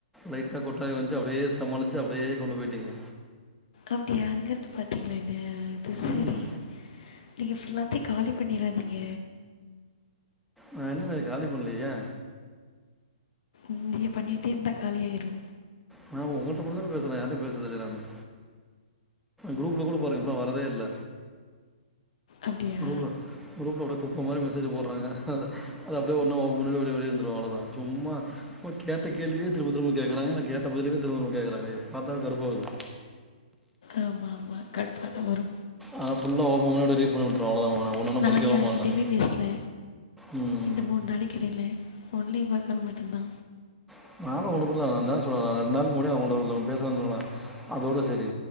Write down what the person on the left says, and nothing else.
அப்டியா அங்கருந்து பாத்தீங்ளா என்ன அது சரி
நீங்க ஃபுல்லாத்தையு காலி பண்ணிராதீங்க
ம் நீங்க பண்ணிட்டே இருந்தா காலியாயிரு
அப்படியா
ஆமா மா கடுப்பா தா வரு
நானு யாருகிட்டயுமே
பேசல
இந்த மூண் நாளைக் கிடையில ஒன்லி உங்க கால் மட்டுந்தா